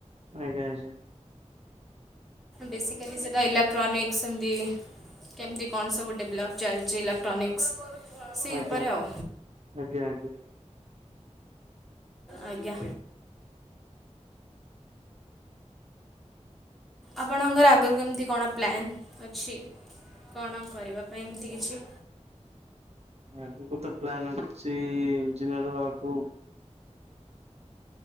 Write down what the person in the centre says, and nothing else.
ବେସିିକଲି ସେଇଟା ଏଇଲେକ୍ଟ୍ରନକ୍ସଛନ୍ତି କେମିତି କଣ ସବୁ ଡେଭଲପ୍ ଚାଲିଛି ଇଲେକ୍ଟ୍ରୋନିକ୍ସ ସେଇ
ଉପରେ ଆଉ ଆଜ୍ଞା। ଆପଣଙ୍କର ଆଗରୁ କେମିତି କଣ ପ୍ଲାନ୍ ଅଛି? କଣ କରିବା ପାଇଁ ଏମିତି କିଛି?